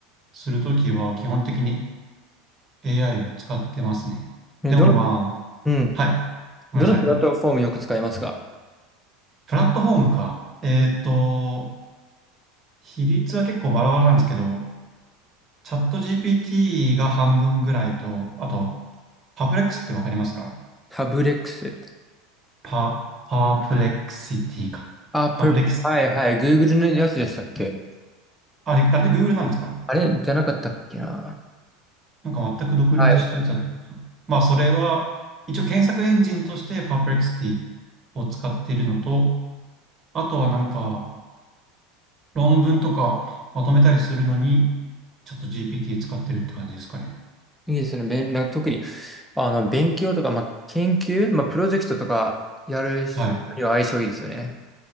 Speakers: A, on the right; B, in the centre.
A: するときは、基本的に AI を使ってますね。
B: えどの、
A: でもま
B: うん。
A: あ、はい。ごめんなさい。
B: どのプラットフォームよく使いますか
A: どうぞプラットフォームか。えっと、比率は結構バラバラなんですけど、チャット GPT が半分ぐらいと、あと、パブレックスってわかりますか
B: タブレックス。
A: パ、パープレックシティか。
B: あ、プ、
A: パブレックス
B: はいはい。Google のやつでしたっけ
A: あ、あれで Google なんですか
B: あれじゃなかったっけな。
A: なんか全く独立したやつだと思うんですよ。
B: はい。
A: まあ、それは、一応検索エンジンとして Perplexity を使っているのと、あとはなんか論文とかまとめたりするのに、ちょっと GPT 使ってるって感じですかね。
B: いいですね。べんな特に、あの、勉強とか、まあ、研究、まあ、プロジェクトとかやる人には相性いいですよね。
A: はい。